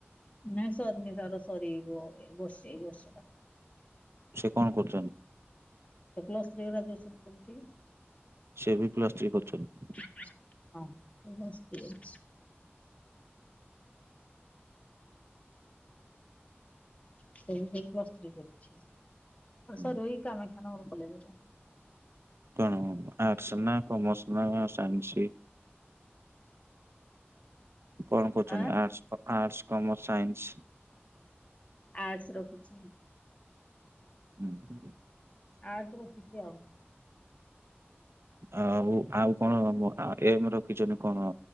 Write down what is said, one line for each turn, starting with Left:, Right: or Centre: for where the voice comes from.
Left: ନାଇଁ ନିରାର ସରିବ ବର୍ଷେ ଏଇ ବର୍ଷ ଟା
Right: ସେ କଣ କରୁଛନ୍ତି।
Left: ସେ ପ୍ଲ ସ୍ତ୍ରୀ ଗ୍ରଜୁଏସନ୍ କରୁଛି।
Right: ସେ ବି ପ୍ଲସ୍ ଥ୍ରୀ କରୁଛନ୍ତି।
Left: ହଁ ପ୍ଲସ୍ ଥ୍ରୀ କରୁଛି ସେଇ ବି ସେଇ ପ୍ଲସ୍ ଥ୍ରି କରୁଛି ହଁ
Right: ହୁଁ।
Left: ସାର୍ ଏଇ କାମାକ୍ଷାନଗର କଲେଜ୍ରେ
Right: କଣ ଆର୍ଟସ୍ ନା କମର୍ସ ନା ସାଇନ୍ସି କଣ କହୁଛନ୍ତି
Left: ଆଁ
Right: arts arts commerce science.
Left: Arts ରଖୁଛି।
Right: ହୁଁ ହୁଁ ହୁଁ।
Left: ଆର୍ଟସ୍ ରଖିଛି ଆଉ।
Right: ଆଉ ଆଉ କଣ ଏମ୍ ରଖିଛନ୍ତି କଣ